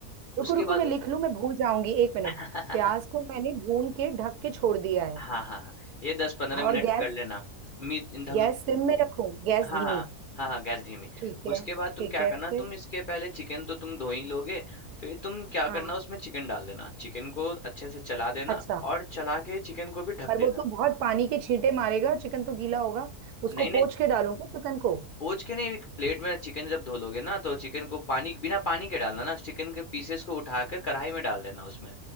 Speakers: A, on the right; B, on the left.
A: रुको
B: उसके
A: रुको
B: बाद
A: मैं लिख लूँ मैं भूल जाऊंगी एक मिनट
B: <laughs>
A: प्याज को मैंने भून के ढक के छोड़ दिया है
B: हाँ हाँ हाँ ये दस पंद्रह मिनट
A: और गैस
B: कर लेना मीडियम
A: गैस सिम में रखूं गैस
B: हाँ
A: धीमी
B: हाँ हाँ हाँ गैस धीमी
A: ठीक है
B: उसके
A: ठीक
B: बाद तुम क्या
A: है
B: करना
A: फिर
B: तुम इसके पहले चिकन तो तुम धो ही लोगे फिर तुम क्या
A: हाँ
B: करना उसमें चिकन डाल देना चिकन को अच्छे से चला देना
A: अच्छा
B: और चला के चिकन को भी ढक
A: पर वो
B: देना
A: तो बहुत पानी के छींटे मारेगा चिकन तो गीला होगा उसको
B: नहीं नहीं
A: पोंछ के डालूंगा चिकन को
B: पोंछ के नहीं एक प्लेट में चिकन जब धो लोगे ना तो चिकन को पानी बिना पानी के डालना ना चिकन के पीसेस को उठाकर कढ़ाई में डाल देना उसमें